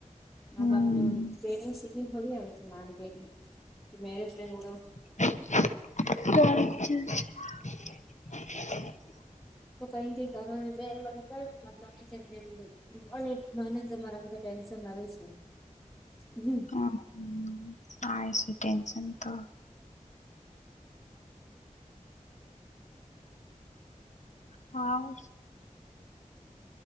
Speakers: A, in the centre; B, on the left.
A: મા
B: હમ
A: બાપ ને પ્રેંગ શીખી ને થોડી આવે. માને <unintelligible>
B: <unintelligible>
A: તો કઈ કઈ <unintelligible> લ છે જેમ અને મન તમારામાં ટેન્શન ના રહી છે. હમ.
B: હ <unintelligible> હા.